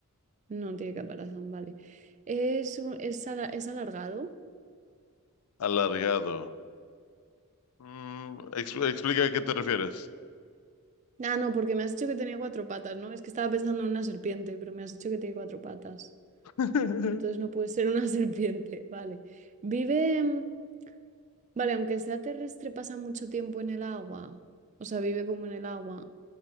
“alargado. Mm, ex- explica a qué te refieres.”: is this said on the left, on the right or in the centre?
Left